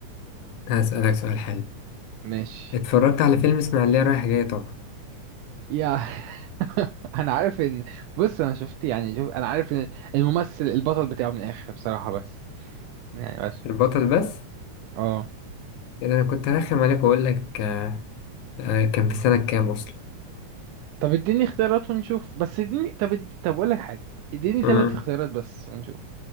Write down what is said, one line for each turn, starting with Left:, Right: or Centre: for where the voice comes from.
Left: هسألك سؤال حلو
Right: ماشي
Left: اتفرجت على فيلم إسماعيلية رايح جاي طبعا
Right: يا <laughs> أنا عارف إن بص أنا شفت يعني شوف أنا عارف إن الممثل البطل بتاعه من الآخر بصراحة بس يعني
Left: البطل بس
Right: اه
Left: يعني انا كنت هرخم عليك واقول لك آه، كان في سنة كام اصلا
Right: طب اديني اختيارات ونشوف بس اديني طب اد... طب اقول لك حاجه اديني ثلاث
Left: مم.
Right: اختيارات بس ونشوف